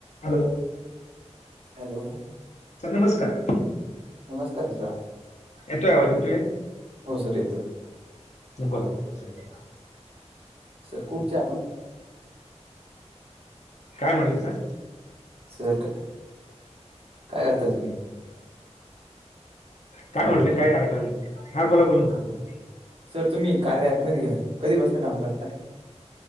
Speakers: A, on the left; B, on the right.
A: Hello
B: hello
A: sir नमस्कार
B: नमस्कार मित्रां
A: येतोय आवाज येतोय
B: हो सर येतोय
A: बोला बोला बोला
B: सर कुठचे आपण
A: काय म्हणल सर
B: सर का काय करता तुम्ही
A: काय
B: हॅलो
A: म्हटले काय ऐकायलं हा बोला बोलून सर बोला
B: सर तुम्ही कार्या ॲपमध्ये घे कधी पासून काम करताय